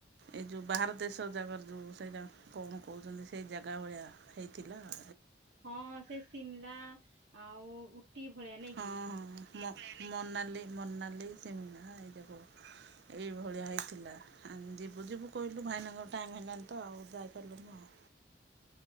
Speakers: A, on the right (about 70°); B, on the right (about 85°).
A: ଏ ଯେଉଁ ବାହାର ଦେଶ ଜାଗାରେ ଯେଉଁ ସେଇଟା କଣ କହୁଛନ୍ତି ସେଇ ଜାଗା ଭଳିଆ ହେଇଥିଲା ଆ।
B: ହଁ ସେ ସିମଲା ଆଉ ଉଟି ଭଳିଆ ନାଇଁ କିି।
A: ହଁ ହଁ ମନାଲି ମନାଲି ସିମକ ଏଇ ଯାକ ଏଇ। ଭଳିଆ ହେଇଥିଲା ଆ ଯିବୁ ଯିବୁ କହିଲୁ ଭାଇନାଙ୍କର ଟାଇମ୍ ହେଇଲାନି ତ ଆଉ ଯାଇପାରିଲୁନୁ ଆଉ।